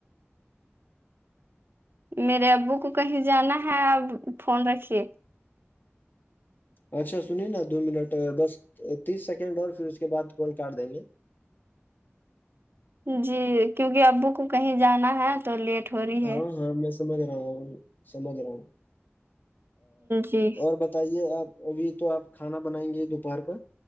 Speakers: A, on the right; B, on the left.
A: میرے ابو کو کہیں جانا ہے آپ فون رکھیے
B: اچھا سنیے نا دو منٹ بس تیس سیکنڈ اور پھر اس کے بعد کال کر دیں گے
A: جی کیونکہ ابو کو کہیں جانا ہے تو لیٹ ہو رہی
B: ہاں
A: ہے
B: ہاں میں سمجھ رہا ہوں سمجھ رہا ہوں
A: جی
B: اور بتائیے آپ ابھی تو آپ کھانا بنائیں گے دوپہر کا